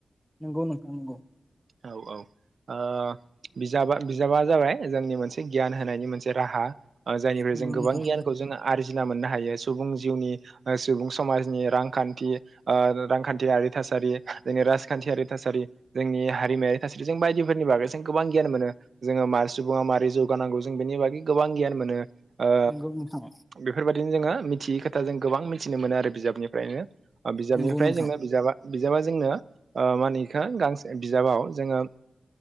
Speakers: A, in the centre; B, on the right.
A: नोंगौ नोंथां नोंगौ।
B: औ औ ओ बिजाबा बिजाबा जाबाय जोंनि मोनसे गियान होनायनि मोनसे राहा। आ जायनिफ्राय
A: नंगौ
B: जों
A: नोंथां
B: गोबां गियानखौ जों आरजिना मोननो हायो। सुबुं जिउनि सुबुं समाजनि रांखान्थि ओ रांखान्थियारि थासारि जोंनि राजखान्थियारि थासारि जोंनि हारिमायारि थासारि जों बायदिफोरनि बागै जों गोबां गियान मोनो जोङो मार सुबुङा मारैगानांगौ जों बेनि बागै गोबां गियान मोनो। ओ
A: नंगौ नंगौ नोंथां
B: बेफोरबायदिनो जोङो मिथियै खोथा जों गोबां मिथिनो मोनो आरो बिजाबनिफ्रायनो। बिजाबनिफ्राय
A: नंगौ नोंथां
B: जोङो बिजाबा बिजाबा जोंनो मा होनो बिखौ गांसे बिजाबाव जोङो